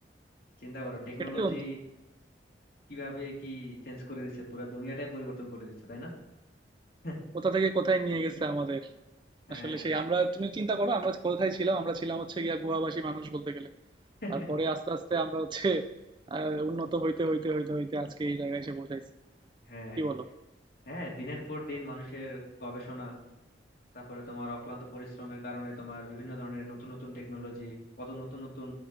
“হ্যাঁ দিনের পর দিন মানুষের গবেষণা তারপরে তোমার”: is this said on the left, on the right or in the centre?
Left